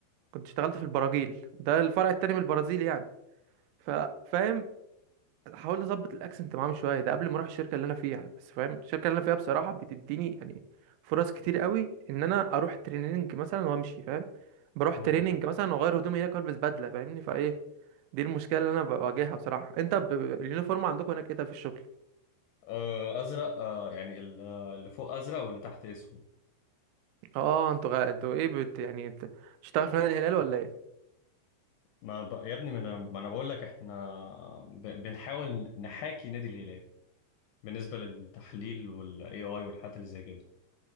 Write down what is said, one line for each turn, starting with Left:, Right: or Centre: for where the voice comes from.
Right: كنت اشتغلت في البراجيل ده الفرع التاني من البرازيل يعني ف- فاهم هحاول اظبط الاكسنت معاهم شويه ده قبل ما اروح الشركه اللي انا فيها بس فاهم الشركه اللي انا فيها بصراحه بتديني يعني فرص كتير قوي ان انا اروح تريننج مثلا وامشي فاهم بروح
Left: مم.
Right: تريننج مثلا واغير هدومي هناك والبس بدله فاهمني فايه دي المشكله اللي انا بواجهها بصراحه انت ب... ب- اليونيفورم عندكم هناك ايه ده في الشغل
Left: آه ازرق آه يعني ال- آه، اللي فوق ازرق واللي تحت اسود
Right: اه انتوا غ... انتوا ايه بت... يعني بت... بتشتغل في نادي الهلال ولا ايه
Left: ما ب... يا ابني ما انا ما انا بقول لك احنا ب... بنحاول نحاكي نادي الهلال بالنسبه للتحليل والاي اي والحاجات اللي زي كده